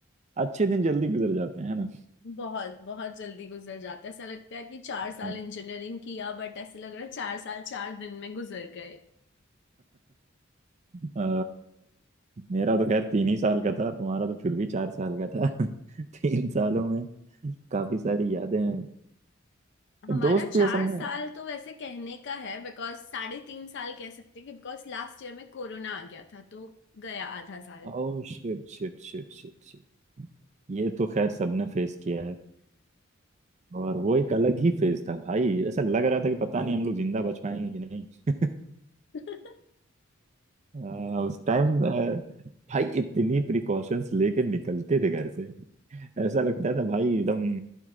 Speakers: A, on the right (about 35°); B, on the left (about 55°).
A: अच्छे दिन जल्दी गुजर जाते हैं है
B: बहुत बहुत जल्दी गुजर जाता है ऐसा लगता है कि चार साल
A: ना
B: इंजीनियरिंग किया बट ऐसे लग रहा है चार साल चार दिन में गुजर गए
A: अ, मेरा तो खैर तीन ही साल का था तुम्हारा तो फिर भी चार साल का था <laughs> तीन सालों में काफी सारी यादें हैं
B: हमारा
A: दोस्त
B: चार
A: भी असल में
B: साल तो वैसे कहने का है बिकॉज साढ़े तीन साल कह सकते हैं कि बिकॉज लास्ट ईयर में कोरोना आ गया था तो गया आधा साल
A: Oh shit shit shit shit shit ये तो खैर सबने फेस किया है और वो एक अलग ही फेज था भाई ऐसा लग रहा था कि पता नहीं हम लोग जिंदा बच पाएंगे कि नहीं <laughs>
B: <laughs>
A: अ, उस टाइम भाई इतनी प्रिकॉशंस लेके निकलते थे घर से ऐसा लगता था भाई एकदम